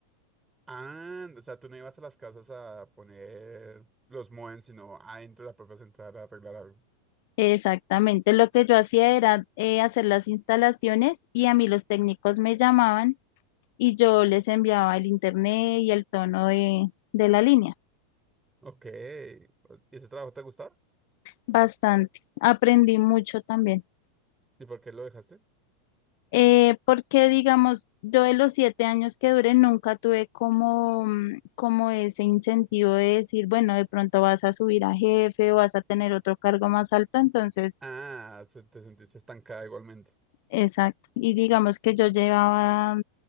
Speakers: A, on the right; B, on the left.
A: Ah, o sea, tú no ibas a las casas a poner los modem, sino adentro de la propia central a arreglar algo.
B: Exactamente, lo que yo hacía era eh, hacer las instalaciones y a mí los técnicos me llamaban y yo les enviaba el internet y el tono de, de la línea.
A: Ok. ¿Y ese trabajo te gustaba?
B: Bastante. Aprendí
A: ¿Y
B: mucho también.
A: y por qué lo dejaste?
B: Eh, porque, digamos, yo de los siete años que duré nunca tuve como, mm, como ese incentivo de decir, bueno, de pronto vas a subir a jefe o vas a tener otro cargo más alto. Entonces,
A: Ah, se- te sentiste estancada igualmente.
B: exacto. Y digamos que yo llevaba